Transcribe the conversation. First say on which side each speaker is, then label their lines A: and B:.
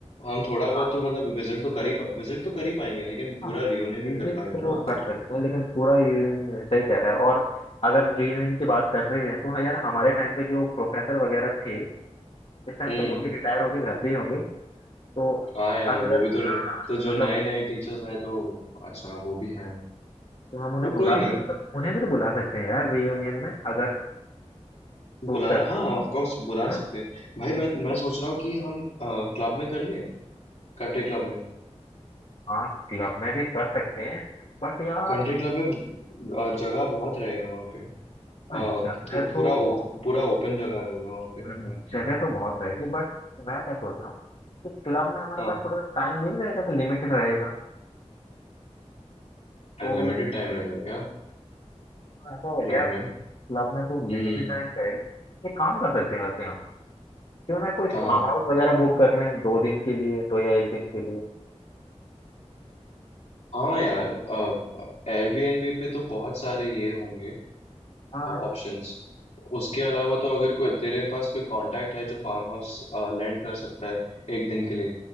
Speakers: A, on the left (about 70°); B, on the left (about 55°).
A: हम थोड़ा बहुत
B: हाँ
A: तो मतलब विजिट तो कर ही विजिट तो कर ही पाएंगे लेकिन पूरा
B: हाँ,
A: रियूनियन नहीं
B: रिजेक्ट
A: कर पाएंगे
B: तो
A: ना वहाँ पे
B: कर सकते हैं लेकिन पूरा ये सही कह रहा है और अगर रीयूनियन की बात कर रहे हैं तो हाँ यार हमारे टाइम पे जो प्रोफेसर वगैरह थे इस टाइम
A: हम्म
B: तो वो भी रिटायर होके घर पे ही होंगे तो
A: हाँ यार
B: अगर
A: वो भी तो
B: हाँ
A: रह- तो जो
B: मतलब
A: नए नए टीचर्स हैं तो अच्छा वो भी है
B: तो हम उन्हें
A: तो
B: बुला
A: कोई नहीं
B: मतलब उन्हें भी तो बुला सकते हैं यार रीयूनियन में अगर शूट
A: बुलाना
B: करते
A: हाँ
B: हैं
A: हाँ ऑफ
B: तो,
A: कोर्स बुला
B: है ना
A: सकते हैं भाई मैं मैं सोच रहा हूँ कि हम क्लब में कर ले कंट्री क्लब में
B: हाँ क्लब में भी कर सकते हैं बट यार
A: कंट्री क्लब में अ, जगह बहुत रहेगा वहाँ पे अ,
B: हाँ
A: पू-
B: जगह तो
A: पूरा ओप,
B: बहुत
A: पूरा ओपन जगह रहेगा वहाँ पे
B: हम्म, जगह तो बहुत रहेगी बट मैं क्या सोच रहा हूँ कि क्लब में हमारे
A: हाँ
B: पास थोड़ा टाइम भी नहीं रहेगा कि लिमिटेड रहेगा तो
A: अनलिमिटेड टाइम रहेगा क्या
B: ऐसा
A: क्लब
B: यार क्लब
A: में
B: में तो
A: हम्म
B: लिमिटेड टाइम रहेगा एक काम कर सकते हैं वैसे हम क्यों ना कोई
A: कहाँ
B: फार्म हाउस वगैरह बुक कर लें दो दिन के लिए दो या एक दिन के लिए
A: हाँ यार एयरबीएनबी पे तो बहुत सारे ये होंगे
B: हाँ
A: ऑप्शंस उसके अलावा
B: बिल्कुल।
A: तो अगर कोई तेरे पास कोई कांटेक्ट है जो फार्म हाउस लैंड कर सकता है एक दिन के लिए